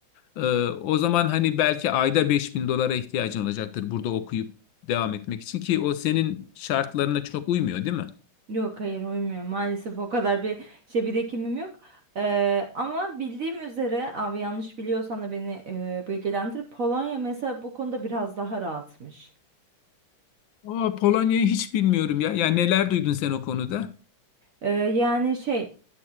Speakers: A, on the left (about 75°); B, on the right (about 60°).
A: Ee, o zaman hani belki ayda 5000 dolara ihtiyacın olacaktır burada okuyup devam etmek için ki o senin şartlarına çok uymuyor değil mi?
B: Yok hayır uymuyor. Maalesef o kadar bir şey bir birikimim yok. Eee, ama bildiğim üzere abi yanlış biliyorsam da beni eee bilgilendir. Polonya mesela bu konuda biraz daha rahatmış.
A: Aa, Polonya'yı hiç bilmiyorum ya. Ya neler duydun sen o konuda?
B: Eee, yani şey